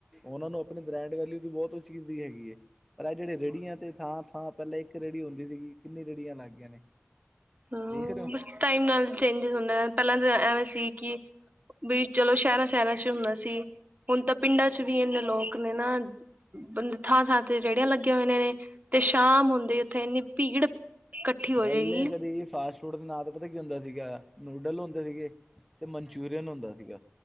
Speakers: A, in the centre; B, on the right (about 35°).
A: ਉਨਾਂ ਨੂੰ ਬ੍ਰਾਂਡ ਵੈਲਯੂ ਦੀ ਬਹੁਤ ਉਹ ਚੀਜ਼ ਦੀ ਹੈਗੀ ਏ ਪਰ ਇਹ ਜਿਹੜੇ ਰੇੜੀਆਂ ਤੇ ਥਾ-ਥਾ ਪਹਿਲੇ ਇੱਕ ਰੈਡੀ ਹੁੰਦੀ ਸੀਗੀ ਕਿੰਨੀ ਰੇੜੀਆਂ ਲੱਗ ਗਈਆ ਨੇ।
B: ਹਾਂ
A: ਦੇਖ ਰਹੇ ਹੋ।
B: ਬਸ ਟਾਈਮ ਨਾਲ ਚੇਂਜਸ ਹੁੰਦਾ ਪਹਿਲਾ ਐਵੇਂ ਸੀ ਕਿ ਵੀ ਚਲੋ ਸ਼ਹਿਰਾ-ਸ਼ਹਿਰਾ ਚ ਹੁੰਦਾ ਸੀ ਹੁਣ ਤਾਂ ਪਿੰਡਾਂ ਚ ਵੀ ਇਨੇ ਲੋਕ ਨੇ ਨਾ ਥਾਂ-ਥਾਂ ਤੇ ਰੇੜੀਆਂ ਲੱਗੇ ਹੋਏ ਨੇ ਤੇ ਸ਼ਾਮ ਹੁੰਦੇ ਉਥੇ ਇਨੀ ਭੀੜ ਇਕੱਠੀ ਹੋ
A: ਪਹਿਲੇ
B: ਜਾਏਗੀ
A: ਕਦੀ ਫਾਸਟ ਫੂਡ ਦੇ ਨਾ ਤਾ ਪਤਾ ਕੀ ਹੁੰਦਾ ਸੀਗਾ ਨੂਡਲ ਹੁੰਦੇ ਸੀਗੇ ਤੇ ਮਨਚੂਰੀਅਨ ਹੁੰਦਾ ਸੀਗਾ।